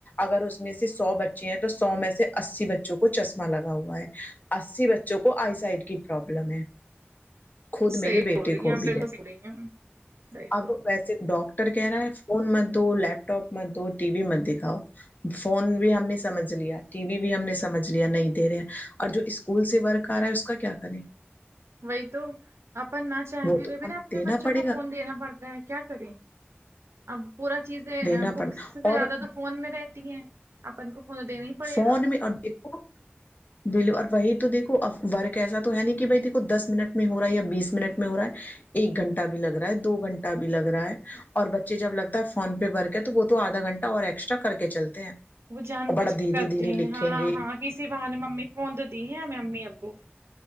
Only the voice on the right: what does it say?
صحیح
بول رہی ہیں
آپ
بالکل
صحیح بول رہی ہیں صحیح بول
رہی
وہی تو اپن نہ چاہتے
ہوئے
بھی
نا اپنے
بچوں
کو
فون دینا پڑتا ہے کیا کریں اب پورا چیزیں
بکس
سے زیادہ
تو فون میں رہتی ہیں اپن کو فون دینا ہی پڑے
گا
وہ جان
بوج
کے
کرتے
ہیں
ہاں
ہاں کسی بہ نے ممی فون تو دی ہے ہمیں امی ابو